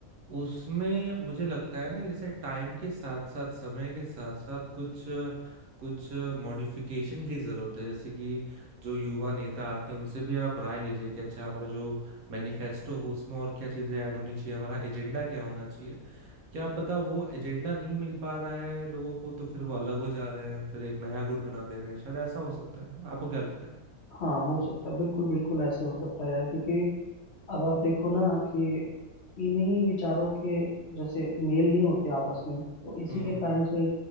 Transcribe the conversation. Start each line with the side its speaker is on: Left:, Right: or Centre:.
Right: उसमें मुझे लगता है ना कि जैसे टाइम के साथ साथ समय के साथ साथ कुछ कुछ मॉडिफिकेशन की जरूरत है जैसे कि जो युवा नेता आते हैं उनसे भी आप राय लीजिए कि अच्छा हमारा जो मैनिफेस्टो हो उसमें और क्या चीजें ऐड होनी चाहिए हमारा एजेंडा क्या होना चाहिए क्या पता वो एजेंडा नहीं मिल पा रहा है लोगों को तो फिर वो अलग हो जा रहे हैं फिर एक नया गुट बना दे रहे हैं शायद ऐसा हो सकता है आपको क्या लगता है
Left: हाँ हो सकता है बिल्कुल बिल्कुल ऐसे हो सकता है यार क्योंकि अब आप देखो ना कि इन्हीं विचारों के जैसे मेल नहीं होते आपस में तो इसी
Right: हम्म
Left: के कारण से